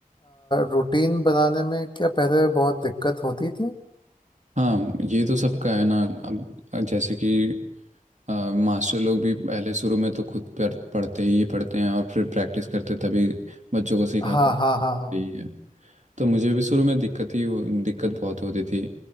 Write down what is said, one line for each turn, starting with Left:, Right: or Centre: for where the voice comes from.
Left: रूटीन बनाने में क्या पहले बहुत दिक्कत होती थी
Right: हाँ ये तो सबका है ना अब जैसे कि अ, मास्टर लोग भी पहले शुरू में तो खुद पर पढ़ते ही पढ़ते हैं और फिर प्रैक्टिस करते तभी बच्चों को सिखा
Left: हाँ
Right: पाते
Left: हाँ हाँ हाँ
Right: ही है तो मुझे भी शुरू में दिक्कत ही हो- दिक्कत बहुत होती थी